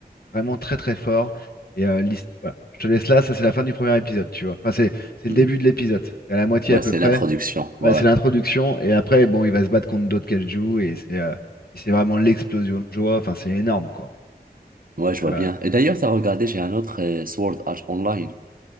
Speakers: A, on the left; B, on the right.
A: Vraiment très très fort. Et euh, l'hist- voilà. Je te laisse là, ça c'est la fin du premier épisode, tu vois. Enfin, c'est c'est le
B: Hmm.
A: début de l'épisode. C'est à la moitié
B: Ouais,
A: à peu
B: c'est
A: près.
B: l'introduction. Ouais,
A: Ouais, c'est
B: ouais.
A: l'introduction. Et après, bon, il va se battre contre d'autres kaiju et c'est euh, et c'est vraiment l'explosion de joie. Enfin, c'est énorme, quoi.
B: Ouais, je vois
A: Euh,
B: bien. Et d'ailleurs, t'as regardé, j'ai un autre euh, Sword Art Online.